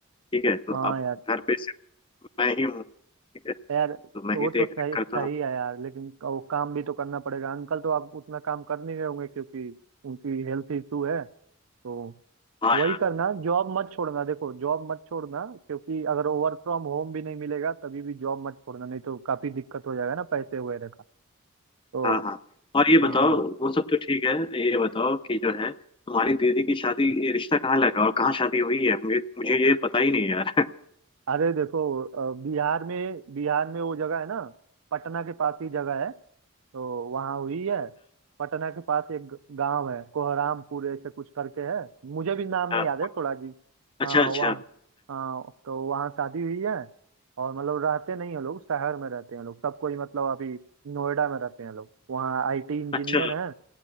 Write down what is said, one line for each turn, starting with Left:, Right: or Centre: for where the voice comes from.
Left: ठीक है तो
Right: हाँ
Left: अब
Right: यार
Left: घर पे सिर्फ मैं ही हूँ ठीक है
Right: यार
Left: तो मैं
Right: वो
Left: ही देख
Right: तो सही
Left: रेख करता
Right: सही
Left: हूँ
Right: है यार लेकिन वो काम भी तो करना पड़ेगा अंकल तो आप उतना काम कर नहीं रहे होंगे क्योंकि उनकी हेल्थ इशू है तो
Left: हाँ
Right: वही
Left: यार
Right: करना जॉब मत छोड़ना देखो जॉब मत छोड़ना क्योंकि अगर वर्क फ्रॉम होम भी नहीं मिलेगा तभी भी जॉब मत छोड़ना नहीं तो काफी दिक्कत हो जाएगा ना पैसे वगैरह का तो
Left: हाँ हाँ और ये
Right: हाँ
Left: बताओ वो सब तो ठीक है ये बताओ कि जो है तुम्हारी दीदी की शादी ये रिश्ता कहाँ लगा और कहाँ शादी हुई है मुझे मुझे ये पता ही नहीं यार <laughs>
Right: अरे देखो अ, बिहार में बिहार में वो जगह है ना पटना के पास ही जगह है तो वहाँ हुई है पटना के पास एक ग- गांव है कोहरामपुर ऐसे कुछ करके है मुझे भी नाम नहीं
Left: अच्छा
Right: याद है थोड़ा जी
Left: अच्छा
Right: हाँ
Left: अच्छा
Right: वहाँ हाँ तो वहाँ शादी हुई है और मतलब रहते नहीं हैं लोग शहर में रहते हैं लोग सब कोई मतलब अभी नोएडा में रहते हैं लोग वहाँ आईटी इंजीनियर
Left: अच्छा
Right: हैं